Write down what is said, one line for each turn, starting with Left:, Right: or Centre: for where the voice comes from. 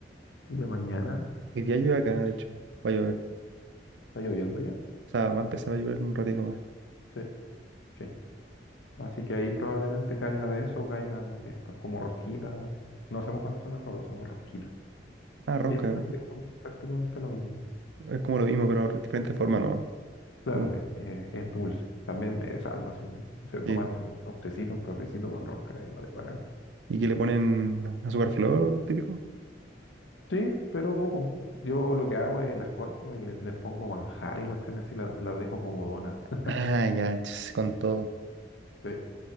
Left: ya mañana...
Right: Hoy día llueve acá,
Left: ¿Está
Right: de hecho, va a llover.
Left: lloviendo ya?
Right: O sea, va a empezar a llover en un ratito más.
Left: Sí, sí. Así que ahí probablemente caiga de eso, caigan estos como rosquitas. No sabemos cuáles son las rosas, somos rosquitas.
Right: Ah, rosca.
Left: Y es prácticamente, prácticamente lo mismo.
Right: Es como lo mismo, pero de diferente forma nomás.
Left: Claro,
Right: Un-
Left: es, eh, es dulce. También me salva si se tomaste
Right: sí.
Left: un, un tecito, un cafecito con rosca, igual es bacán.
Right: Y que le ponen azúcar flor, típico.
Left: Sí, pero poco. Yo lo que hago es las corto y les, les pongo manjar y cuestiones así, las, las dejo como donas. <laughs>
Right: Ah, ya, ch, con todo.
Left: Sí.